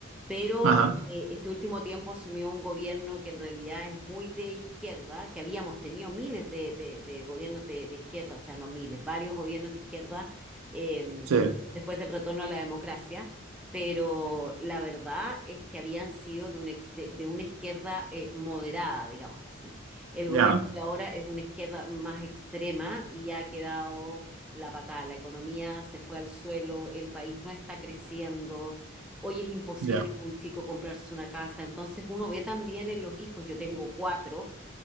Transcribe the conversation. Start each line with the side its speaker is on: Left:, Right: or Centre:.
Centre: pero
Right: ajá,
Centre: eh, este último tiempo asumió un gobierno que en realidad es muy de izquierda, que habíamos tenido miles de, de- de gobiernos de, de izquierda, o sea, no miles, varios gobiernos de izquierda eh,
Right: sí,
Centre: después del retorno a la democracia, pero la verdad es que habían sido de una, ex- de, de una izquierda eh, moderada, digámoslo así. El
Right: ya,
Centre: gobierno de ahora es de una izquierda más extrema y ha quedado la patada. La economía se fue al suelo, el país no está creciendo hoy es imposible
Right: ya,
Centre: para un chico comprarse una casa. Entonces uno ve también en los hijos, yo tengo cuatro,